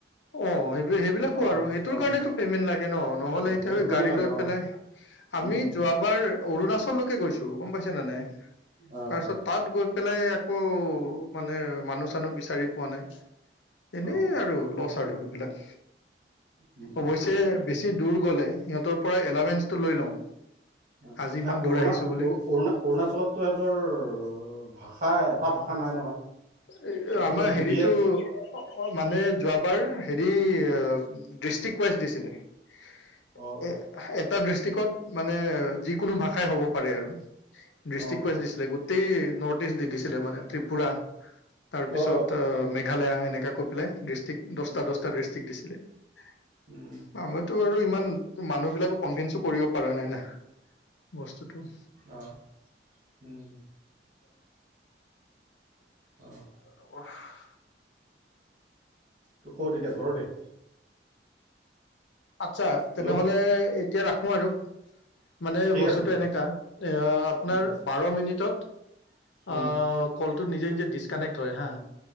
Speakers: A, on the left; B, on the right.
A: অ', সেইবো-সেইবিলাকো
B: অ
A: আৰু। সেইটোৰ
B: অ
A: কাৰণোটো পেমেন্ট লাগে ন! নহ'লে
B: অ
A: এতিয়া
B: সেইটো
A: সেই
B: কাৰণে
A: গাড়ী
B: লাগে
A: লৈ
B: অ
A: পেলাই, আমি
B: উম
A: যোৱাবাৰ অৰুণাচললৈকে গৈছোঁ। গম পাইছেনে নাই?
B: অ
A: তাৰপিছত
B: অ
A: তাত গৈ পেলাই আকৌ, মানে মানুহ-চানুহ বিচাৰি পোৱা নাই। এনেই
B: অ
A: আৰু লছ আৰু এইবিলাক
B: উম উম
A: অৱশ্যে বেছি দূৰ গ'লে সিহঁতৰ পৰাই এলাৱেঞ্চটো লৈ লওঁ।
B: এ
A: আজি ইমান দূৰ
B: অৰুণা,
A: আহিছো বুলি
B: অউ-অৰুণা, অৰুণাচলততো এহেটৰ ভাষা, এটা ভাষা নাই নহয়!
A: এ-এই
B: সিহঁতৰ
A: আমাৰ
B: হিন্দীয়ে
A: হেৰিতো, অ, অ, মানে যোৱা বাৰ হেৰি, অ', দিচ টিক ৱাইজ দিছিলে। এ, হা,
B: অ
A: এ এটা দিষ্ট্ৰিকত মানে, যিকোনো ভাষাই হ'ব পাৰে আৰু। দিষ্টিক
B: অ অ
A: ৱাইজ দিছিলে। গোট টেই নৰ্থ ইষ্ট দি দিছিলে মানে। ত্ৰিপুৰা তাৰপিছত
B: অ
A: অ, মে <unintelligible> আহে এনেক কৈ পেলাই, দিছ ষ্টিক দহটা,
B: উম
A: দহটা দিষ্ট্ৰিক দিছে। <inaudible>
B: উম
A: আমাৰতো আৰু ইমান, মানুহবিলাকক কনভিন্স কৰিব পৰা নাই না। বস্তুটো <inaudible>
B: অ উম
A: <inaudible>
B: অ ত‌ই ক'ত এতিয়া, ঘৰতে?
A: আচ্ছা তেনেহলে
B: হেল্ল'
A: এতিয়া ৰাখ সোঁ আৰো! মানে
B: ঠিক
A: বস্তুতটো
B: আছে দিয়া
A: এনেকা, এ আপোনাৰ
B: উম
A: বাৰ মিনিটত
B: উম
A: অঁ কলটো নিজে নিজে ডিচকানেক্ট হয়, হা!